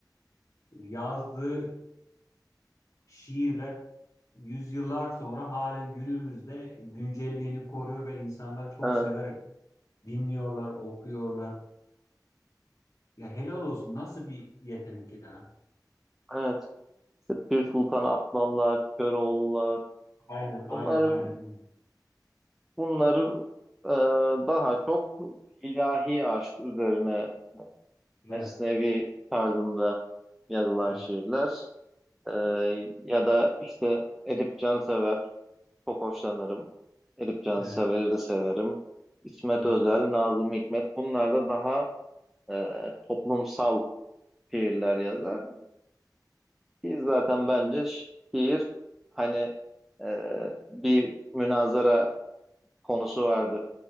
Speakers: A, on the left; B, in the centre.
A: e, yazdığı şiirler yüzyıllar sonra halen günümüzde güncelliğini koruyor ve insanlar çok
B: Evet,
A: severek dinliyorlar, okuyorlar. Ya helal olsun nasıl bir yetenek ya.
B: evet. İşte Pir Sultan Abdallar, Köroğlular.
A: Aynen, aynen,
B: Bunların
A: aynen.
B: bunların e, daha çok ilahi aşk üzerine
A: Evet,
B: mesnevi tarzında yazılan
A: evet,
B: şiirler. Ee, ya da işte Edip Cansever çok hoşlanırım. Edip Cansever'i
A: evet,
B: de severim. İsmet
A: doğru.
B: Özel, Nazım Hikmet bunlar da daha e, toplumsal şiirler yazar. Ki zaten bence şiir hani e, bir münazara konusu vardır.